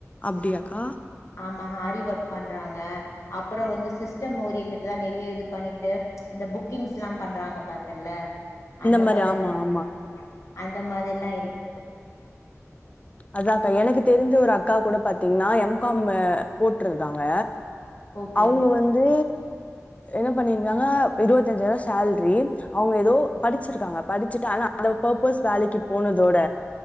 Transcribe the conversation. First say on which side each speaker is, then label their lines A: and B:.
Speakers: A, on the left; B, on the left.
A: அப்படியாக்கா?
B: ஆமா ஆரி பண்றாங்க அப்புற வந்து சிஸ் டம் ஓரியண்ட்டா தா நெறைய இது பண்ணிட்டு இந்த புக்கிங்ஸ்ல்லா பண்றாங்க பாத்தல்ல அந்த
A: மாரி
B: மாதிரிதே
A: ஆமா, ஆமா.
B: அந்த மாதிரில்லா இருக்
A: அதாக்கா எனக்கு தெரிஞ்ச ஒரு அக்கா கூட பாத்தீங்ன்னா எம் காம் போட்டுருக்காங்க
B: ஓகே
A: அவுங்க வந்து என்ன பண்ணிருந்தாங்க இருபத்தஞ்சாயிரோ சேல்ரி அவங்க ஏதோ படிச்சிருக்காங்க படிச்சுட்டு ஆனா அந்த பர்பஸ் வேலைக்கு போனதோட